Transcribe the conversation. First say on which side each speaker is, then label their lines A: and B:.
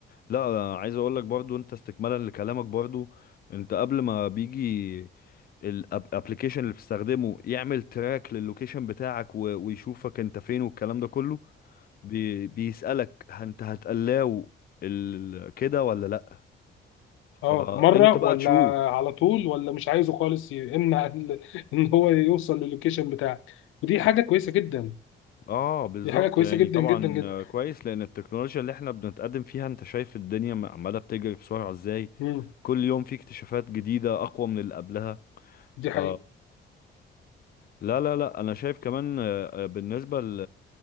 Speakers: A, on the left (about 50°); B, on the left (about 80°).
A: لا أنا عايز اقول لك برضو انت استكمالا لكلامك برضو انت قبل ما بيجي الابلكيشن اللي بتستخدمه يعمل تراك للوكيشن بتاعك و- ويشوفك انت فين والكلام ده كله بي بيسألك ه- انت هتقلاو ال- كده ولا لا
B: اه
A: فانت
B: مرة ولا
A: بقى تشوف
B: على طول ولا مش عايزه خالص يمنع ال- <laughs> ان هو يوصل للوكيشن بتاعك ودي حاجة كويسة جدا
A: اه بالظبط
B: دي حاجة كويسة
A: يعني
B: جدا
A: طبعا
B: جدا جدا
A: آه، كويس لان التكنولوجيا اللي احنا بنتقدم فيها انت شايف الدنيا م- عماله بتجري بسرعه ازاي
B: مم.
A: كل يوم في اكتشافات جديده اقوى من اللي قبلها
B: دي
A: ف
B: حقيقة
A: لا لا لا انا شايف كمان آه، آه، بالنسبه ل...